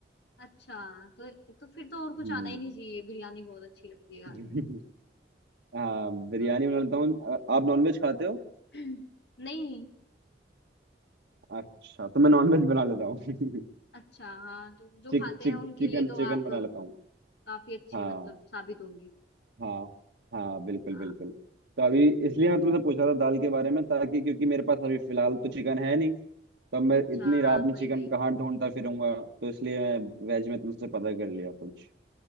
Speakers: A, on the left (about 70°); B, on the right (about 80°).
A: अच्छा तो तो फिर तो और कुछ
B: हम्म
A: आना ही नहीं चाहिए बिरयानी बहुत अच्छी लगती है खाने
B: <laughs>
A: में
B: हाँ बिरयानी
A: हाँ
B: बना लेता हूँ आ- आप नॉनवेज खाते हो
A: <clears throat> नहीं
B: अच्छा तो मैं नॉनवेज बना लेता हूँ <laughs>
A: अच्छा हाँ तो जो
B: चिक
A: खाते
B: चिक
A: हैं उनके
B: चिकन
A: लिए तो
B: चिकन
A: आप
B: बना लेता हूँ
A: काफी अच्छे
B: हाँ
A: मतलब साबित होंगे
B: हाँ हाँ बिल्कुल
A: हाँ
B: बिल्कुल तो अभी इसलिए मैं तुमसे पूछा था दाल के बारे में ताकि क्योंकि मेरे पास अभी फिलहाल तो चिकन है नहीं तब मैं
A: अच्छा
B: इतनी रात
A: हाँ
B: में
A: वही
B: चिकन
A: वही
B: कहाँ ढूंढता फिरूंगा तो इसलिए मैं वेज में तुमसे पता कर लिया कुछ